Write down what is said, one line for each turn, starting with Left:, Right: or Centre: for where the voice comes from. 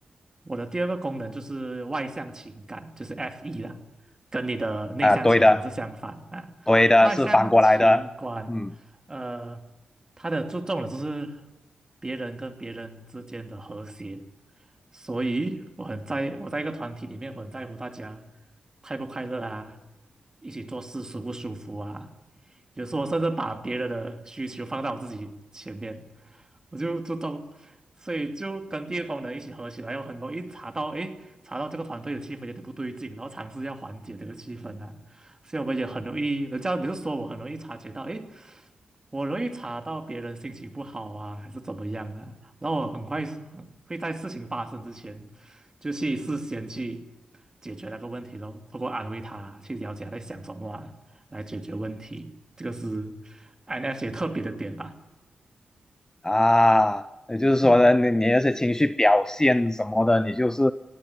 Right: 我的第二个功能就是外向情感，就是 F.E 啦，跟你的内向情感是相反啊。
Left: 啊，对的，对的，
Right: 外向情感，
Left: 是反过来的，嗯。
Right: 呃，它的注重的就是别人跟别人之间的和谐，所以我很在我在一个团体里面，我很在乎大家快不快乐啊，一起做事舒不舒服啊。有时候我甚至把别人的需求放到我自己前面，我就就当，所以就跟第二功能一起合起来，有很容易查到，诶，查到这个团队的气氛有点不对劲，然后尝试要缓解这个气氛啊。所以我们也很容易，人家比如说我很容易察觉到，诶，我容易查到别人心情不好啊，还是怎么样啊，然后我很快是很会在事情发生之前，就去事先去解决那个问题咯，通过安慰他，去了解他在想什么啊，来解决问题，这个是 INFJ 特别的点吧，
Left: 啊，也就是说呢，
Right: 嗯
Left: 你你那些情绪表现什么的，你就是